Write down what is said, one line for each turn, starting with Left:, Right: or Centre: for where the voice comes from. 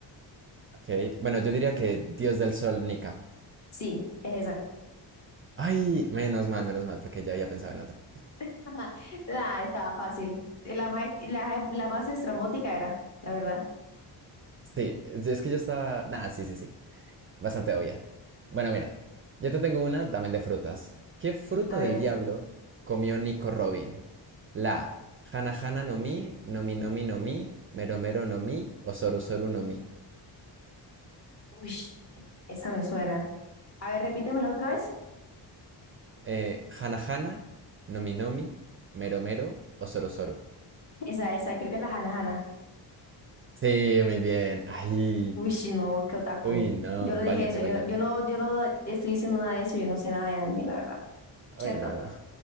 Right: Ok. Bueno, yo diría que Dios del Sol, Nika.
Left: Sí, es esa.
Right: Ay, menos mal, menos mal, porque ya había pensado en otra.
Left: <laughs> Ah, estaba fácil. La más, la, la más estrambótica era, la verdad.
Right: Sí, es que yo estaba. Nah, sí, sí, sí. Bastante obvia. Bueno, mira, yo te tengo una también de frutas. ¿Qué fruta
Left: A ver,
Right: del diablo comió Nico Robin? La A, Hana Hana no Mi, no Mi no Mi no Mi, Mero Mero no Mi o Soru Soru no Mi.
Left: uy, esa me suena. A ver, repítemela otra vez.
Right: Eh, Hana Hana, no Mi no Mi, Mero Mero o Soru Soru.
Left: Esa, esa, creo que es la Hana Hana.
Right: Sí, muy bien. Ay,
Left: Uy, no, qué otaku.
Right: uy, no,
Left: Yo no dije
Right: báñate,
Left: eso, yo,
Right: báñate.
Left: yo no, yo no estoy diciendo nada de eso, yo no sé nada de anime, la verdad.
Right: Uy,
Left: ¿Cierto?
Right: no, no.